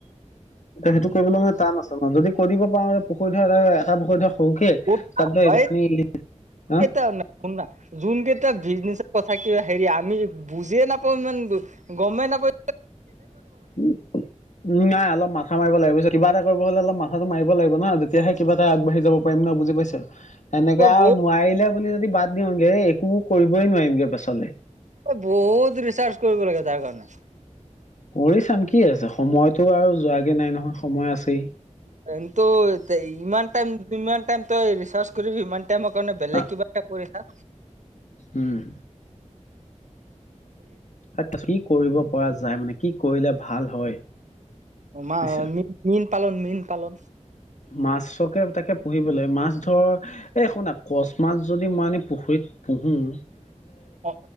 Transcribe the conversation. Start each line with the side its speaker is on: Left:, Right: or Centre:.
Left: এ সেইটো কৰিবলৈ মে টান আছে ন যদি কৰিব পাৰোওঁ পুখুৰী ধৰ এটা পুখুৰী ধৰ। সৰুকে
Right: খুব
Left: তাত ধৰ
Right: হয়।
Left: এইটো আমি হা
Right: এটা নাই শুন ন যোনকেইটায়া বিজনেচৰ কথা কা হেৰি আমি বুজিয়ে নাপাওঁ মান গমেই নাপাই।
Left: উ নাই অলপ মাথা মাৰিব লাগিব। কিবাটা কৰিব হ'লেল মাথাটো মাৰিব লাগিব নতিয়ে কিবা এ আগবাঢ় যাব পাৰি ন বুজি পাইছা এনেকে আৰু
Right: বহুত
Left: নোৱাৰিলে বুলি যদি বাদ দিওঁগে একো কৰিবই নোৱাৰিমগে পাছলে
Right: এই বহুত ৰিচাৰ্চ কৰিব লাগে তাৰ কাৰণে
Left: কৰি চাম কি আছে সময়তো আৰু যোৱাগে নাই নহয় সময় আছেই
Right: কিন্তু ইমান াইম ইমান াইম তই ৰিচাৰ্চ কৰিবি ইমান। এ মই কাৰণে বেলেগ
Left: আ
Right: কিবা এটা কৰিছা
Left: উম ত কি কৰিব পৰা যায় মানে কি কৰিলে ভাল হয়
Right: মা
Left: বুজিছা
Right: ম মীন পালন মীন পালন
Left: মাছকে তাকে পুহিবলৈ মাছ ধৰ এই শুনা কচ মাছ যদি মইনি পুখুৰীত হুহুম।
Right: অ'।